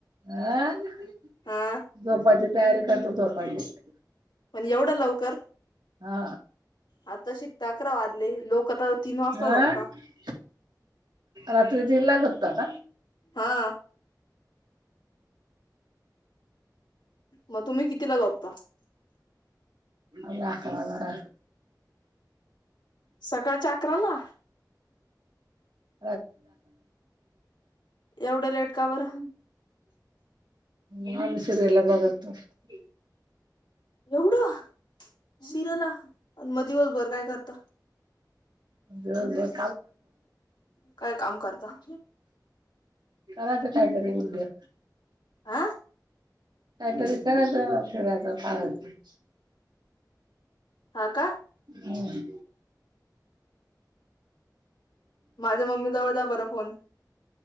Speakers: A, on the right (about 80°); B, on the left (about 90°).
A: हा झोपायची
B: हा
A: तयारी करतो, झोपायची-
B: पण एवढं लवकर?
A: हा.
B: आता शिकता अकरा वाजले लोक आता तीन वाजता
A: आ
B: झोपता
A: <unintelligible> रात्री दिडला झोपता का?
B: हा मग तुम्ही कितीला झोपता
A: <inaudible> अकराला रा
B: सकाळ चा आकराला?
A: ह, <inaudible>
B: एवढं लेट का बरं?
A: मामसरला बघत <inaudible>
B: एवढं, शिर ला आणि मग दिवसभर काय करता?
A: ग बस. <unintelligible>
B: काय काम करता?
A: करायच तर कायतर उद्या.
B: हा
A: काहीतरी करायचं, फिरायच, पाळायच-
B: हा का
A: हम.
B: माझ्या मम्मी जवळ द्या बरं फोन.